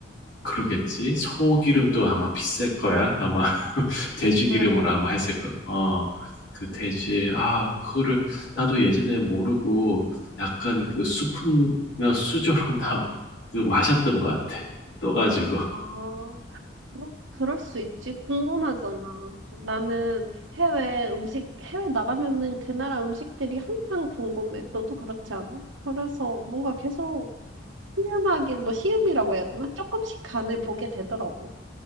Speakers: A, on the left (about 75°); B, on the right (about 80°).
A: 그러겠지? 소기름도 아마 비쌀 거야. 아마 <laughs> 돼지
B: 맞아.
A: 기름으로 아마 했을 거. 어, 그 돼지.
B: 응.
A: 아, 그거를 나도 예전에 모르고 약간 그 수프나 수저로 <laughs> 나 그 마셨던 것 같아. 떠가지고.
B: 아, 뭐, 그럴 수 있지. 궁금하잖아. 나는 해외 음식, 해외 나가면은 그 나라 음식들이 항상 궁금해. 너도 그렇지 않아? 그래서 뭔가 계속 시음하기, 뭐 시음이라고 해야 되나? 조금씩 간을 보게 되더라고.